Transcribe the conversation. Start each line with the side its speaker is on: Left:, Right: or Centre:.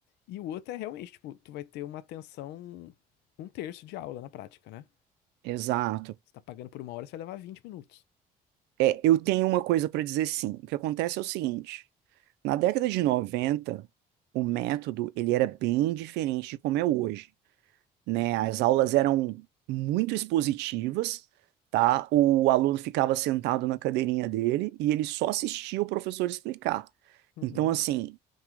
Left: E o outro é realmente, tipo, tu vai ter uma atenção um terço de aula na prática, né?
Right: exato.
Left: Você tá pagando por uma hora, você vai levar vinte minutos.
Right: É, eu tenho uma coisa para dizer sim. O que acontece é o seguinte, na década de 90, o método ele era bem diferente de como é hoje, né? As aulas eram muito expositivas, tá? O aluno ficava sentado na cadeirinha dele e ele só assistia o professor explicar.
Left: Uhum.
Right: Então, assim,